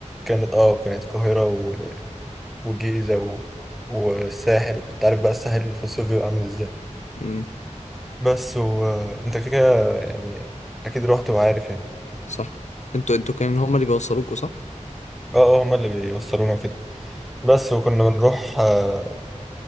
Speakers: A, in the centre; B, on the left.
A: كانت اه كانت القاهره و- والجيزه و- والساحل انت عارف بقى الساحل في الصيف بيبقى عامل ازاي
B: امم
A: بس وانت كده كده يعني اكيد رحت وعارف يعني
B: صح انتوا انتوا كان هم اللي بيوصلوكوا صح
A: اه اه هما اللي بيوصلونا وكده بس وكنا بنروح آه،